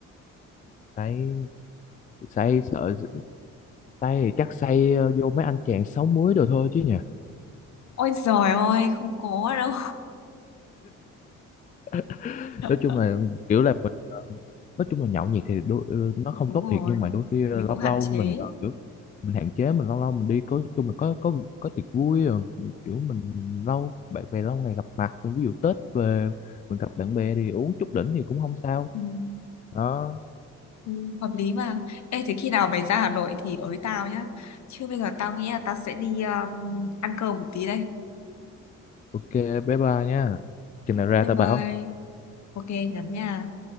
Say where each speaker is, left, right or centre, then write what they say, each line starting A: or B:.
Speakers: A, on the left; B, on the left.
A: say say sợ say thì chắc say ờ, vô mấy anh chàng sáu muối đồ thôi chứ nhỉ
B: Ôi giời ơi, không có đâu.
A: <laughs>
B: <laughs>
A: nói chung là kiểu là mình nói chung là nhậu nhẹt thì đôi, ừ, nó không
B: Đúng
A: tốt
B: rồi,
A: thiệt nhưng mà đôi khi ờ,
B: mình
A: lâu
B: cũng hạn
A: lâu
B: chế.
A: mình kiểu mình hạn chế mình lâu lâu mình đi có chung là có có có tiệc vui rồi kiểu mình lâu bạn bè lâu ngày gặp mặt ví dụ Tết về mình gặp bạn bè thì uống chút đỉnh thì cũng không sao
B: Ừ,
A: đó
B: ừ, hợp lý mà. Ê, thế khi nào mày ra Hà Nội thì ới tao nhá. Chứ bây giờ tao nghĩ là tao sẽ đi um, ăn cơm một tí đây.
A: ok bye bye nha chừng nào ra
B: Bye
A: tao
B: bye.
A: bảo
B: Ok, nhắn nha.